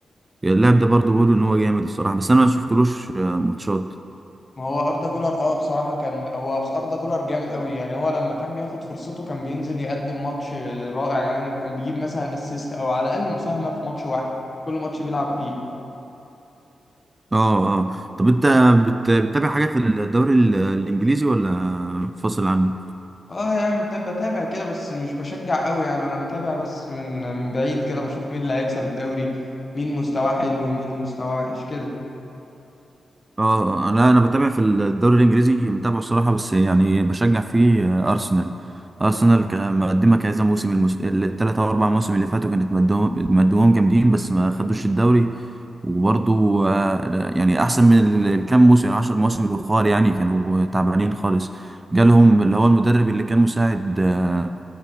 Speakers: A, on the right; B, on the left.
A: اللاعب ده برضه بيقولوا ان هو جامد الصراحه بس انا ما شفتلوش ماتشات
B: ما هو اردا جولر اه بصراحه كان هو بس اردا جولر جامد قوي يعني هو لما كان بياخد فرصته كان بينزل يقدم ماتش رائع يعني كان بيجيب مثلا اسيست او على الاقل مساهمه في ماتش واحد كل ماتش بيلعب فيه
A: اه اه طب انت بت- بتتابع حاجه في الدوري ال- الانجليزي ولا فاصل عنه
B: اه يا عم بتابع بتابع كده بس مش بشجع قوي يعني انا بتابع بس من من بعيد كده بشوف مين اللي هيكسب الدوري مين مستواه حلو ومين مستواه وحش كده
A: اه لا انا بتابع في الدوري الانجليزي متابعه الصراحه بس يعني بشجع فيه آه، ارسنال ارسنال ك- مقدمه كذا موسم المس... الثلاث او اربع مواسم اللي فاتوا كانت مدوهم مدوهم جامدين بس ما خدوش الدوري وبرضو آه، لا، يعني احسن من ال- الكام موسم العشر مواسم الاخر يعني كانوا تعبانين خالص جالهم اللي هو المدرب اللي كان مساعد آه،